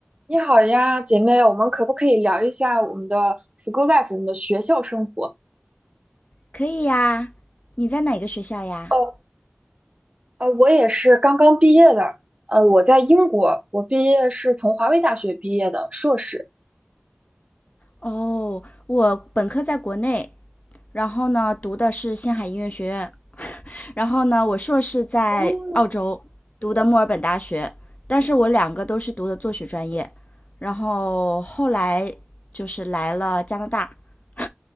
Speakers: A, on the right; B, on the left.
A: 你好呀，姐妹，我们可不可以聊一下我们的 school life，我们的学校生活？
B: 可以呀。你在哪个学校呀？
A: 哦，呃，我也是刚刚毕业的，呃，我在英国，我毕业是从华为大学毕业的硕士。
B: 哦，我本科在国内，然后呢读的是星海音乐学院，然后呢我硕士在澳洲读的墨尔本大学，
A: 哦，
B: 但是我两个都是读的作曲专业，然后后来就是来了加拿大，<laughs>